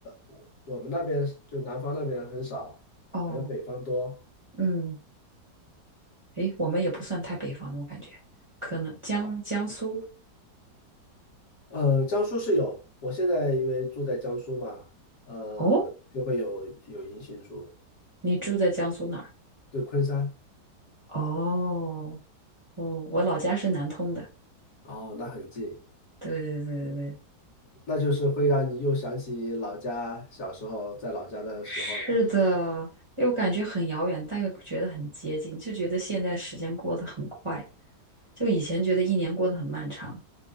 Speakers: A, on the left; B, on the right.
A: 我我们那边是就南方那边很少，
B: 哦，
A: 好像北方多
B: 嗯，诶，我们也不算太北方吧我感觉可能江江苏。
A: 啊。呃，江苏是有，我现在因为住在江苏嘛，呃，
B: 哦，
A: 就会有有银杏树，
B: 你住在江苏哪儿？
A: 对，昆山，
B: 哦，哦，我老家是南通的。
A: 哦，那很近，
B: 对对对对对，
A: 那就是会让你又想起老家小时候在老家的时候了。
B: 是的，又感觉很遥远，但又觉得很接近，就觉得现在时间过得很快，就以前觉得一年过得很漫长。